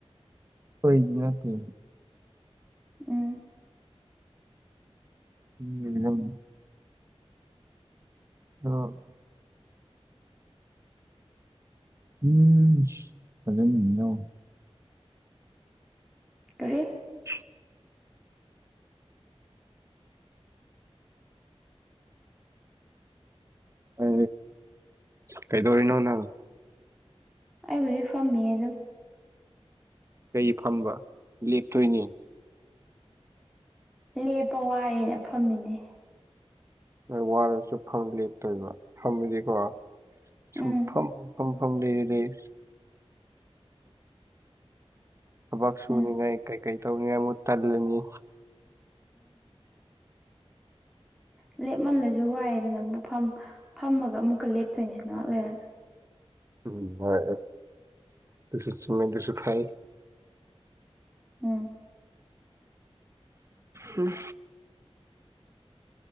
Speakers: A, on the right; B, in the centre.
A: ꯍꯣꯏꯗꯤ ꯅꯠꯇ ꯑꯣꯏꯗꯤ
B: ꯎꯝ
A: ꯎꯝ ꯑ ꯎꯝ ꯐꯖꯅꯤꯣ
B: ꯀꯔꯦ
A: <unintelligible> ꯑ ꯀꯩꯗꯧꯔꯤꯅꯣꯅ
B: ꯑꯩꯕꯨꯖꯤꯛ ꯐꯝꯃꯤ ꯑꯗꯨꯝ
A: ꯀꯩ ꯐꯝꯕ ꯂꯦꯞꯇꯣꯏꯅꯤ
B: ꯂꯦꯞꯄ ꯋꯥꯔꯦꯅ ꯐꯝꯃꯤꯅꯦ
A: ꯅ ꯋꯥꯔꯁꯨ ꯐꯝ ꯂꯦꯞꯇꯣꯏꯕ ꯐꯝꯃꯤꯗꯤꯀꯣ ꯁꯨꯝꯐꯝꯝ
B: ꯎꯝ
A: ꯐꯝꯐꯝ ꯂꯩ ꯂꯩ ꯊꯕꯛ ꯁꯨꯅꯤꯡꯉꯥꯏ
B: ꯎꯝ
A: ꯀꯩꯀꯩ ꯇꯧꯅꯤꯡꯉꯥꯏ ꯑꯃꯨꯛ ꯇꯜꯂꯅꯤ
B: ꯎ ꯂꯦꯞꯃꯜꯂꯁꯨ ꯋꯥꯏꯦꯗꯅ ꯑꯃꯨꯛ ꯐ ꯐꯝꯃꯒ ꯑꯃꯨꯛꯀ ꯂꯦꯞꯇꯣꯏꯅꯦ ꯉꯍꯥꯛ ꯂꯩꯔꯒ
A: ꯎꯝ ꯍꯣꯏ ꯑꯗꯨꯁꯁꯨ ꯃꯗꯨꯁꯨ ꯐꯥꯏ
B: ꯎꯝ
A: ꯝ